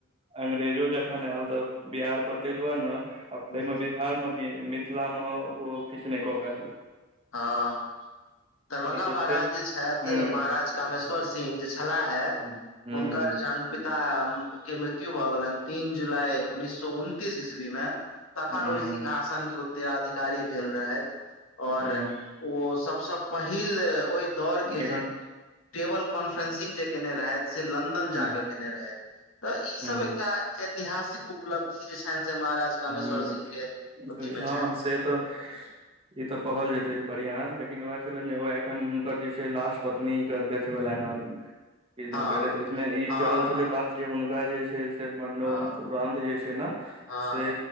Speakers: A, on the right; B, on the left.
A: अंग्रेजो जखन आयल तऽ बिहार पर ताहि दुआरे ने।
B: हम्म,
A: तैमे बिहारमे कि मिथिलामे, ओ किछु नि कऽ पाएल।
B: हँ, दरभंगा
A: ई तऽ
B: महाराज
A: छै
B: जे छेथ,
A: हूं
B: महाराज कामेश्वर सिंह जे छथि। छला है,
A: हूं हूं
B: हुनकर जन। पिताके मृत्यु भऽ गेलनि तीन जुलाई उन्नीस सए उनतीस ईस्वी मे। तखन
A: हूं
B: ओइ
A: हूं
B: सिंहासनके उत्तेराधिकारी भेल रहथि। और
A: हूं
B: ओ सभसे पहिल ओइ दौड़के जे।
A: एखन
B: टेबल कॉन्फ्रेंसिंग जे कयने रहथि से लन्दन जा
A: हूं
B: कऽ कयने रहथि। तऽ ई सभ
A: हूं
B: एकटा ऐतिहासिक उपलब्धि जे छन से महाराज कामेश्वर
A: हूँ
B: सिंह के अथी मे
A: हा
B: छनि
A: से तऽ। ई तऽ कहल जेतै बढ़िया, लेकिन उएह छलनि जे ओ एखन हुनकर जे छै, लास्ट पत्नीके डेथ भेलनि ह। किछु दिन
B: हँ
A: पहिले तऽ इसमे ई
B: हँ
A: चलल
B: हँ
A: छलै बात। जे हुनका जे छै, से मरनो
B: हँ
A: उपरान्त जे छै, ने
B: हँ
A: से